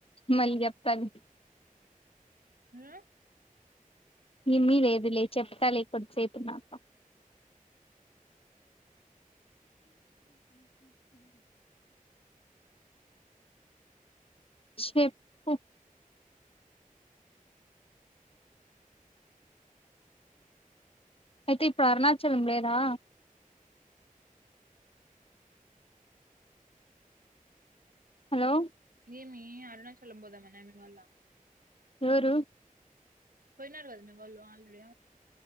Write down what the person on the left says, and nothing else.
మళ్ళీ చెప్తాన్
ఈ ఇమ్మీ లేదు లే చెప్తా లే కొద్ది సేపు ఉన్నాక చెేప్పు అయితే ఇప్పుడు అరుణాచలం లేదా హలో
ఎవరూ